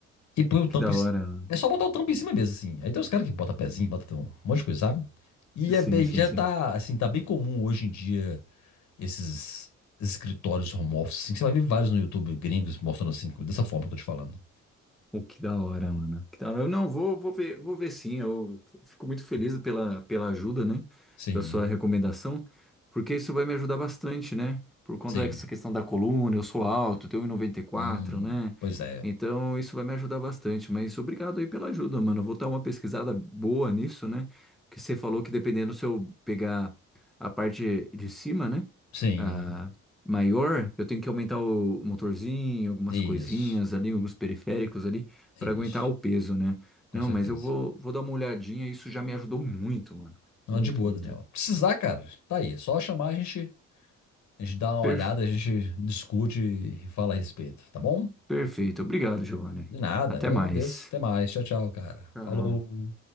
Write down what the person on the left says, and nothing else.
E põe o tampo
em cima.
É só botar o tampo em cima mesmo, assim. Aí tem os caras que botam pezinho, botam um monte de coisa, sabe? E
é bem,
já
tá, assim, tá bem comum hoje em dia esses escritórios home office, assim, que você vai ver vários no YouTube gringos mostrando assim, dessa forma que eu tô te falando.
Sim,
sim.
Hum,
pois é.
Sim,
isso,
isso.
Com certeza.
Não,
de boa,
Daniel. Precisar, cara, tá aí. É só chamar, a gente, a gente dá uma
olhada, a gente discute e fala a respeito, tá bom?
De nada,
eu
agradeço. Até mais. Tchau, tchau, cara.
Falou.